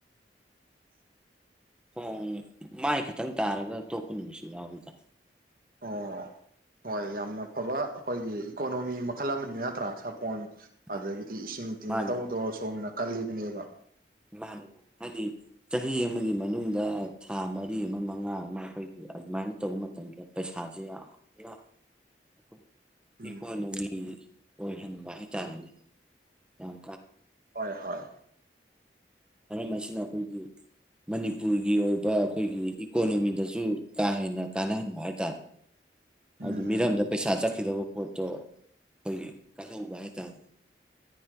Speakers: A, on the right (about 55°); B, in the centre.
A: <inaudible>
B: ꯍꯣꯡ ꯃꯥꯏ ꯈꯛꯇꯪ ꯇꯥꯔꯒ ꯇꯣꯛꯄ ꯅꯨꯃꯤꯁꯨ ꯌꯥꯎꯔꯤꯗ
A: ꯑꯣ ꯍꯣꯏ ꯌꯥꯝꯅ ꯐꯕ ꯑꯩꯈꯣꯏꯒꯤ ꯏꯀꯣꯅꯣꯃꯤ ꯃꯈꯜ ꯑꯃꯅꯤ ꯅꯠꯇ꯭ꯔꯥ ꯁꯥꯄꯣꯟ
B: ꯑ
A: ꯑꯗꯒꯤꯗꯤ ꯏꯁꯤꯡ ꯇꯤꯡꯒꯗꯧꯕꯗꯣ
B: ꯃꯥꯅꯦ
A: ꯁꯣꯝꯅ ꯀꯜꯂꯤꯕꯅꯦꯕ
B: ꯃꯥꯅꯤ ꯃꯥꯅꯤ ꯍꯥꯏꯗꯤ ꯆꯍꯤ ꯑꯃꯒꯤ ꯃꯅꯨꯡꯗ ꯊꯥ ꯃꯔꯤ ꯑꯃ ꯃꯉꯥ ꯑꯃ ꯑꯩꯈꯣꯏꯒꯤ ꯑꯗꯨꯃꯥꯏꯅ ꯇꯧꯕ ꯃꯇꯝꯗ ꯄꯩꯁꯥꯁꯦ ꯌꯥꯝꯅ ꯑꯩꯈ
A: ꯎꯝ
B: ꯏꯀꯣꯅꯣꯃꯤ ꯑꯣꯏꯍꯟꯕ ꯍꯥꯏꯇꯥꯔꯦꯅꯦ ꯌꯥꯝ
A: ꯍꯣꯏ ꯍꯣꯏ
B: ꯃꯁꯤꯅ ꯈꯣꯏꯒꯤ ꯃꯅꯤꯄꯨꯔꯒꯤ ꯑꯣꯏꯕ ꯑꯩꯈꯣꯏꯒꯤ ꯏꯀꯣꯅꯣꯃꯤꯗꯁꯨ ꯀꯥ ꯍꯦꯟꯅ ꯀꯥꯟꯅꯍꯟꯕ ꯍꯥꯏꯇꯥꯔꯦ
A: ꯎꯝ
B: ꯑꯗꯨ ꯃꯤꯔꯝꯗ
A: ꯎꯝ
B: ꯄꯩꯁꯥ ꯆꯠꯈꯤꯗꯕ ꯄꯣꯠꯇꯣ ꯑꯩꯈꯣꯏꯒꯤ ꯀꯥꯏꯍ ꯎꯧꯕ ꯍꯥꯏꯇꯥꯔꯦ